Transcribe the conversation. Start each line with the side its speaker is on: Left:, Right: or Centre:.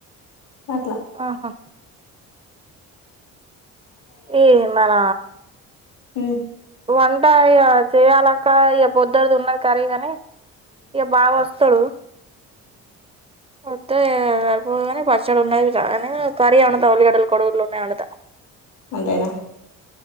Left: అట్ల
Right: ఆహా ఈ మన
Left: మ్మ్
Right: వంట ఏమన్నా చేయ్యాలక్క ఇక పొద్దుటిది ఉన్నది కర్రీ గాని ఇక బాబు వస్తాడు వత్తే పోగానే పచ్చడి ఉన్నాయి గానీ కర్రీ వండుతా ఉల్లిగడ్డలు, కోడిగుడ్లు ఉన్నాయి వండుతా
Left: అంతేనా